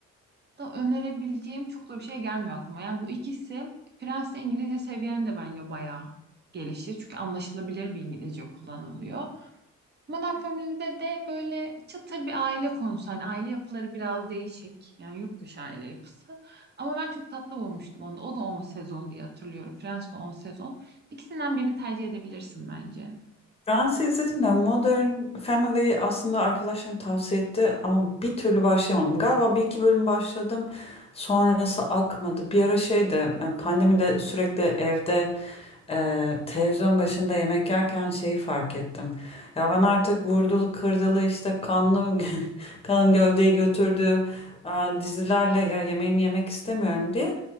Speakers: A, on the right; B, on the left.
A: da önerebileceğim çok da bir şey gelmiyor aklıma. Yani bu ikisi Fransızca İngilizce seviyeni de bence bayağı gelişir. Çünkü anlaşılabilir bir İngilizce kullanılıyor. Modern Family'de de böyle çıtır bir aile konusu. Hani aile yapıları biraz değişik. Yani yurt dışı aile yapısı. Ama ben çok tatlı bulmuştum onu da. O da on sezon diye hatırlıyorum. Friends de 10 sezon. İkisinden birini tercih edebilirsin bence.
B: Friends'i izledim de Modern Family'yi aslında arkadaşlarım tavsiye etti ama bir türlü başlayamadım. Galiba bir iki bölüm başladım sonrası akmadı. Bir ara şeyde e, pandemide sürekli evde e, televizyon başında yemek yerken şeyi fark ettim. Ya ben artık vurdulu kırdılı işte kanlı <laughs> kan gövdeyi götürdüğü e, dizilerle ya yemeğimi yemek istemiyorum diye.